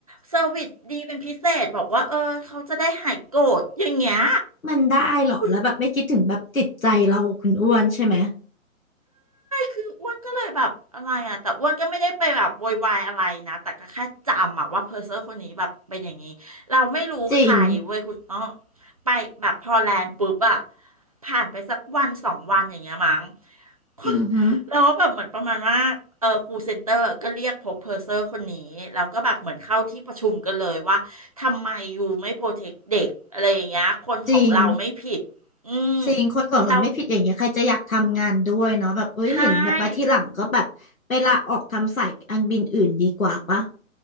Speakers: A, on the right (about 30°); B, on the left (about 80°).
A: เซอร์วิสดีเป็นพิเศษบอกว่าเออเขาจะได้หายโกรธอย่างเงี้ย
B: มันได้เหรอแล้วแบบไม่คิดถึงแบบจิตใจเราคุณอ้วนใช่ไหม
A: คุณ คืออ้วนก็เลยแบบอะไรอ่ะแต่อ้วนก็ไม่ได้ไปแบบโวยวายอะไรนะแต่ก็แค่จำอ่ะว่าเพอร์เซอร์คนนี้แบบเป็นอย่างนี้เราไม่รู้ใครเว้ยคุณอ้อ
B: จริง
A: ไปแบบพอแลนด์ปุ๊บอ่ะผ่านไปสักวันสองวันอย่างเงี้ยมั้งคุณ
B: อือหือ
A: แล้วแบบเหมือนประมาณว่าเออครูเซ็นเตอร์ก็เรียกพบเพอร์เซอร์คนนี้แล้วก็แบบเหมือนเข้าที่ประชุมกันเลยว่าทำไมอยู่ไม่โปรเทคเด็กอะไรอย่างเงี้ยคนของเราไม่ผิดอืม
B: จริงจริงคนของเราไม่ผิดอย่างเงี้ยใครจะอยากทำงานด้วยเนาะแบบเอ้ยเห็นแบบมาที่หลังก็แบบไปลาออกทำสายอันบินอื่นดีกว่าปะ
A: เราใช่